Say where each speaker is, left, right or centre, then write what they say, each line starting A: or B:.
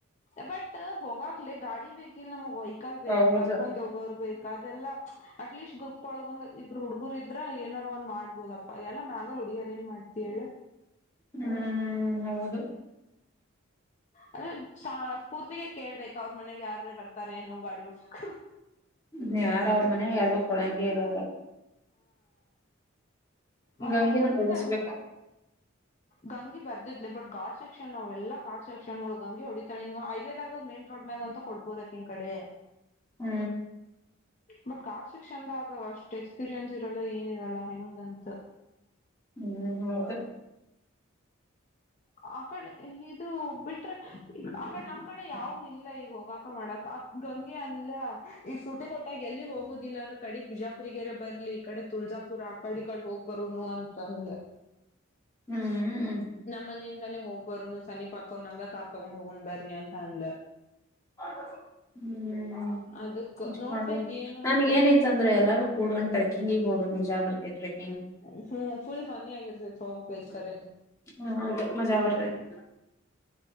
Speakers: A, on the left; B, on the left.
A: ಬಟ್ ಹೋಗಾಗ್ಲ ಗಾಡಿ ಬೇಕ ಇಿಲ್ಲ ನಮ್ಗ್ ವೆಹಿಕಲ್ ಬೇಕು
B: ಹೌದು
A: ಕರ್ಕೊಂಡ್ ಹೋಗೋರು ಬೇಕು ಅದೆಲ್ಲ ಅಟ್ಲೀಸ್ಟ್ ಗ್ರೂಪ್ ಒಳಗ ಒಂದ್ ಇಬ್ಬರು ಹುಡುಗರ ಇದ್ರ ಏನಾದಾರರು ಒಂದ ಮಾಡಬಹದಪ್ಪಾ ಎಲ್ಲ ನಾವೇ ಹುಡಿಗಾರ ಏನ್ ಮಾಡ್ತ ಹೇಳ
B: ಹ್ಮ್ ಹೌದು <inaudible> <inaudible>
A: ಅದ ಸ್ಫೂರ್ತಿಗೆ ಕೇಳ್ಬೇಕಕ್ ಅವ್ರ ಮನೆಗೆ ಯಾರ್ರ ಬರ್ತಾರೇನು ಗಾಡಿ ಓಡ್ಸಕ
B: ್ಮ ಯಾರ ಅವ್ರ ಮನೆ ಎಲ್ಗೂ ಕೊಡಂಗಗೆ ಇರವರು
A: ಹಾ
B: ಗಂಗಿನ
A: ಹಂಗಂದ್ರ
B: ಹೊಡಸ್ಬೇಕ
A: <unintelligible> ಗಂಗೆ ಬರ್ದಿಧ್ಲು ಬಟ್ ಗಾರ್ಡ್ ಸೆಕ್ಷನ್ ಅವೆಲ್ಲಾ ಗಾರ್ಡ್ ಸೆಕ್ಷನ್ ಗಳು ಗಂಗೆ ಹೊಡಿತಾಳೆ ಹಿಂಗ ಹೈವೇದಾಗ್ ಮೈನ್ ರೋಡ್ ಡ್ಮ್ಯಾಗಂಥು ಕೊಡ್ಬೋದಕಿನ್ ಕಡೆ
B: ಹ್ಮ್
A: ಬಟ್ ಗಾಟ್ ಸೆಕ್ಷನ್ದಾಗ ಅಷ್ಟ್ ಎಕ್ಸ್ಪೀರಿಯನ್ಸ್ ಇರಲ್ಲ ಏನಿರಲ್ಲ ಹೆಂಗ ಅಂತ
B: ಹ್ಮ್ ಹೌದು
A: ಆಕಡೆ ಇದು ಬಿಟ್ರೆ ಆಕಡೆ ನಮ್ ಕಡೆ ಯಾವು ಇಲ್ಲ ಈಗ ಹೋಗಾಕ ಮಾಡಕ ಗಂಗಿ ಅಂದ್ಲ ಈ ಸೂಟಿ ಕೊಟ್ಟಾಗ ಎಲ್ಲಿ ಹೋಗೋದಿಲ್ಲ ಅಂದ್ರೆ ಕಡೆಗ್ ಬಿಜಾಪುರ್ಗಾರ ಬರ್ಲಿ ಈ ಕಡೆ ತ ಬಿಜಾಪುರ ಆ ಕಡೆ ಈ ಕಡೆ ಹೋಗ್ ಬರುನು ಅಂತಂಧ್ಲ
B: ಹ್ಮ್
A: ಮನಿಂದನೆ ಹೋಗ್ಬರುನು ಸನಿ ಪಕ್ಕವ್ ನಮ್ದಾ ಕಾರ್ ತೊಗೊಂಡ್ ಹೋಗೊಂಡ್ ಬರ್ರಿ ಅಂತ ಅಂದ್ಲ
B: <inaudible> ಹ್ಮ್
A: ಅದಕ್ ನೋಡ್ಬೇಕ್
B: ಮಾಡನ್
A: ಏನಂತ
B: ನ್ಯಾನಿಗ್ಯೆನ್ ಇತಂದ್ರೆ ಎಲ್ಲಾರೂ ಕೂಡ್ಕಂಡ್ ಟ್ರಕಿಂಗಿಗೆ ಹೊಬ್ಯಕ್ ಮುಜಾ ಬರ್ <unintelligible>
A: ಹ್ಮ ಫುಲ್ ಫನ್ನಿ ಆಗಿರ್ತೈತ್ ಹೋಗ್ಬೇಕ್ರ
B: ಹ್ಮ್ ಹೌದು ಮಜಾ ಬರ್ತೈತಿ